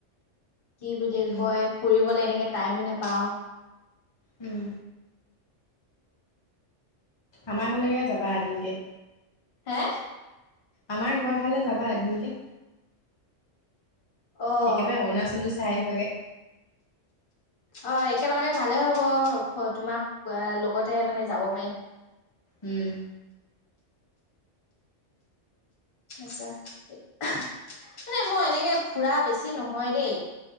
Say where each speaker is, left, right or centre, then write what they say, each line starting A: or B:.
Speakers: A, on the left; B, on the left.
A: কি বুলি
B: উম,
A: কয়, ফুৰিবলে এনেকে টাইময়ে নাপাওঁ।
B: উম। আমাৰ ঘৰলৈকে যাবা এদিনকে।
A: হা?
B: আমাৰ ঘৰ ফালে যাবা এদিনকে।
A: অ'।
B: একেবাৰে অৰুণাচলো চাই আহিবাগে।
A: অ', একেলগতে ভালেই হ'ব, তোমাক লগতে, মানে যাব পাৰিম।
B: উম।
A: <unintelligible> মানে মই এনেকে ফুৰা বেছি নহয় দেই।